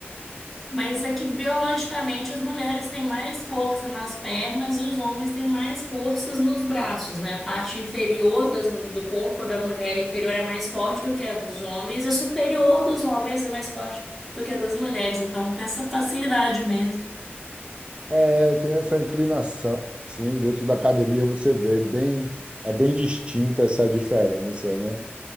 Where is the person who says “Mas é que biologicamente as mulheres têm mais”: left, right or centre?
Centre